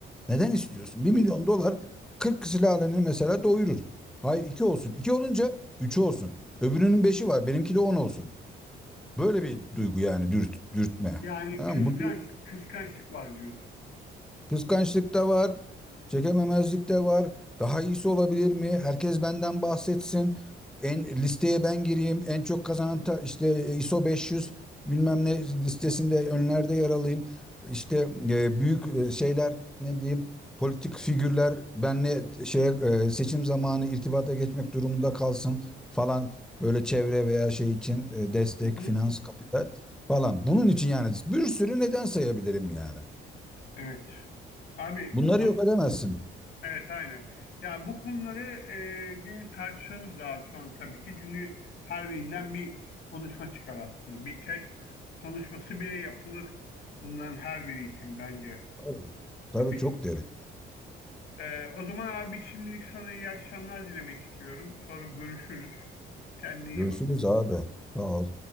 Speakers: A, in the centre; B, on the left.
A: Neden istiyorsun? bir milyon dolar 40 silahlarını mesela doyurur. Hayır 2 olsun. iki olunca 3 olsun. Öbürünün beşi var. Benimki de 10 olsun. Böyle bir duygu yani dürt, dürtme.
B: Yani
A: Tamam,
B: kıskanç,
A: mı? bu
B: kıskançlık var diyorsun.
A: Kıskançlık da var, çekememezlik de var. Daha iyisi olabilir mi? Herkes benden bahsetsin. En listeye ben gireyim. En çok kazanan ta- işte ISO 500 bilmem ne listesinde önlerde yer alayım. İşte e, büyük e, şeyler ne diyeyim? Politik figürler benle şeye e, seçim zamanı irtibata geçmek durumunda kalsın falan böyle çevre veya şey için e, destek,
B: Hı hı,
A: finans, kapital falan. Bunun için yani bir sürü neden sayabilirim yani.
B: evet. Abi
A: Bunları
B: bu konu
A: yok edemezsin.
B: evet aynen. Ya bu konuları e, gene tartışalım daha sonra tabii ki. Çünkü her birinden bir konuşma çıkar aslında. Bir TED konuşması bile yapılır bunların her biri için bence.
A: Tabii tabii
B: Yani bir-
A: çok derin.
B: e, o zaman abi şimdilik sana iyi akşamlar dilemek istiyorum. Sonra görüşürüz. Kendine iyi
A: Görüşürüz
B: bak.
A: abi. Sağ ol.